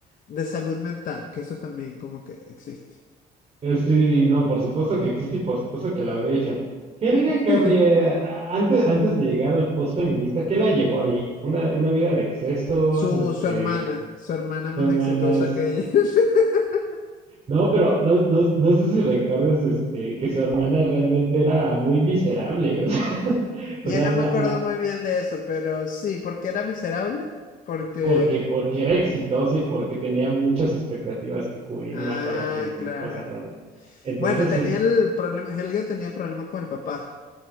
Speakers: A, on the left (about 55°); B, on the right (about 40°).
A: de salud mental, que eso también como que existe.
B: eh, sí, no, por supuesto que existe y por supuesto que lo habría hecho. Helga,
A: <laughs>
B: que habría, antes, antes de llegar al post feminista, ¿qué la llevó ahí? Una, una vida de excesos,
A: Su,
B: este,
A: su hermana, su hermana más
B: hermanas
A: exitosa que ella. <laughs>
B: No, pero no, no, no sé si recuerdas este, que su hermana realmente era muy miserable, o sea, <laughs> o
A: Ya
B: sea,
A: no
B: la,
A: me acuerdo
B: la,
A: muy bien de eso, pero sí, porque era miserable, porque...
B: porque, porque era exitosa y porque tenía muchas expectativas que cubrir,
A: Ah,
B: no me acuerdo qué m-
A: claro.
B: cosa más. Entonces,
A: Bueno, tenía
B: es,
A: el problema, Helga tenía problema con el papá.